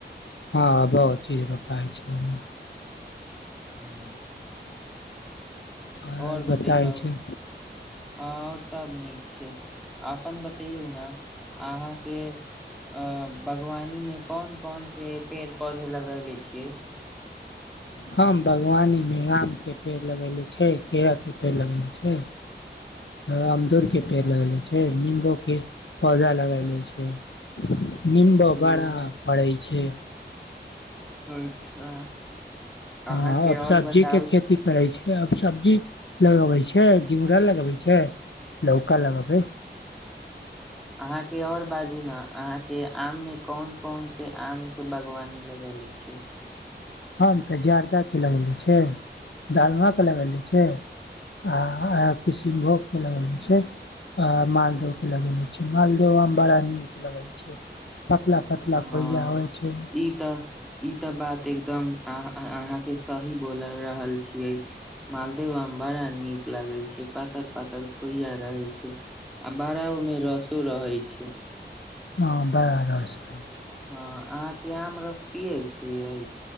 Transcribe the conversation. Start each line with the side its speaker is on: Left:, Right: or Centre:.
Left: हँ बहुत चीज रोपाइ छै ओने
Centre: हू
Left: और
Centre: आओर बतैयौ
Left: बताई छै
Centre: हँ आओर सब नीक छै अपन बतैयौ ने अहाँके अ बागवानी मे कोन कोन से पेड़ पौधे लगेले छियै
Left: हम बागवानीमे आमके पेड़ लगयनेे छै केराके पेड़ लगयले छै ह अमरूदके पेर लगेले छै निम्बोके पौधा लगाएलै छै निम्बू
Centre: ह
Left: बड़ा फड़ै छै
Centre: अच्छा
Left: हँ
Centre: अहाँके
Left: अब
Centre: आओर
Left: सब्जी
Centre: बताउ
Left: के खेती करै छै आब सब्जी लगबै छै घिउरा लगबै छै लौका लगबै
Centre: अहाँके आऔर बाजू ने अहाँके आम मे कोन कोन से आम के बागवानी लगेले छी
Left: ह तऽ जर्दाके लगेने छै दालमाके लगयने छै आ किशनभोगके लगेने छै आ मालदहके लगेने छै मालदह आम बड़ा नीक लगै छै पतला पतला
Centre: हँ
Left: खोइया होइ छै
Centre: ई तऽ ई तऽ बात एकदम अ अहाँके सही बोल रहल छियै मालदेव आम बड़ा नीक लगे छै पातर पातर खोइया रहै छै आ बड़ा ओमे रसो रहै छै
Left: हँ बड़ा रस रहय
Centre: हँ अहाँके आम रस पियै छियै।